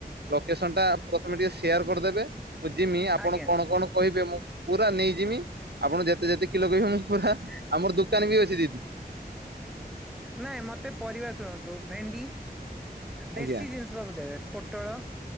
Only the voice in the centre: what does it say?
ଆଜ୍ଞା
ନାଇଁ ମୋତେ ପରିବା ଶୁଣନ୍ତୁ ଭେଣ୍ଡି ଦେଶୀ
ଜିନିଷ ସବୁ ଦେବେ ପୋଟଳ